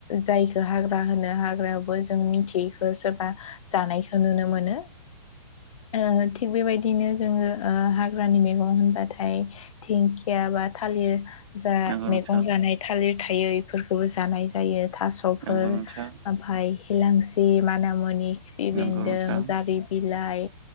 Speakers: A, on the left; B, on the right.
A: जायखो हाग्रा होनो हाग्रायावबो जों मिथियैखो सोरबा जानायखो नुनो मोनो। ओ थिग बेबायदिनो जोङो ओ हाग्रानि मैगं होनबाथाय धिंकिया बा थालिर जा
B: नंगौ नोंथां
A: मैगं जानाय थालिर थायै इफोरखोबो जानाय जायो थास'फोर।
B: नंगौ नोंथां
A: ओमफाय हिलांसि माना मुनि खिफि
B: नंगौ
A: बेन्दों
B: नोंथां
A: जारि बिलाइ